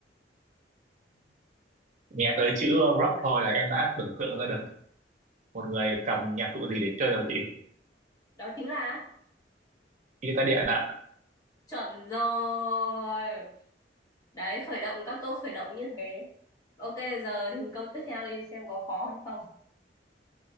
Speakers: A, on the right (about 45°); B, on the left (about 20°).
A: nghe tới chữ rock thôi là em đã tưởng tượng ra được một người cầm nhạc cụ gì để chơi rồi chị
B: Đó chính là
A: guitar điện ạ
B: chuẩn rồi. Đấy, khởi động các câu khởi động như thế. Ok, giờ thì câu tiếp theo đi xem có khó hơn không.